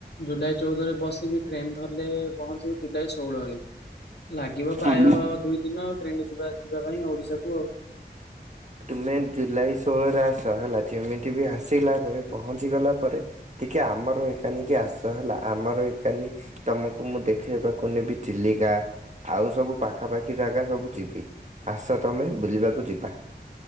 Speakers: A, on the left (about 75°); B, on the right (about 45°).
A: ଜୁଲାଇ ଚଉଦରେ ବସିବି ଟ୍ରେନ ଧରଲେ ପହଞ୍ଚିବି ଜୁଲାଇ ଷୋହଳରେ ଲାଗିବ ପ୍ରାୟ
B: ଆଜ୍ଞା।
A: ଦୁଇ ଦିନ ଆଉ ଟ୍ରେନ୍ ଯିବା ଆସିବା ପାଇଁ ଓଡ଼ିଶାକୁ ଆଉ।
B: ତୁମେ ଜୁଲାଇ ଷୋହଳରେ ଆସ ହେଲା ଯେମିତିବି ଆସିଲା ପରେ ପହଞ୍ଚିଗଲା ପରେ ଟିକେ ଆମର ଏକାଲିକି ଆସ ହେଲା ଆମର ଏକାଲି ତମକୁ ମୁଁ ଦେଖେଇବାକୁ ନେବି ଚିଲିକା ଆଉ ସବୁ ପାଖାପାଖି ଜାଗା ସବୁ ଯିବି ଆସ ତମେ ବୁଲିବାକୁ ଯିବା।